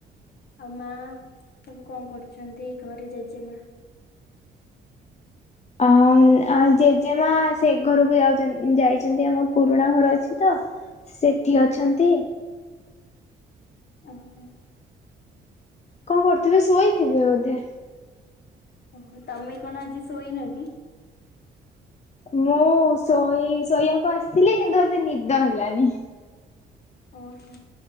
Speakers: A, on the left (about 55°); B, on the left (about 35°).
A: ଆଉ ମା ସବୁ କଣ କରୁଛନ୍ତି ଘରେ ଜେଜେମା
B: ଅ ଜେଜେମା ସେ ଘରକୁ ଯାଉ ଯାଇଛନ୍ତି ଆମ ପୁରୁଣା ଘର ଅଛି ତ ସେଠି ଅଛନ୍ତି
A: ଓହୋ
B: କଣ କରୁଥିବେ ଶୋଇଥିବେ ବୋଧେ
A: ଓ ତମେ କଣ ଆଜି ଶୋଇନ କି
B: ମୁଁ ଶୋଇ ଶୋଇବାକୁ ଆସିଥିଲି। କିନ୍ତୁ ମତେ ନିଦ ହେଲାନି।
A: ଓହୋ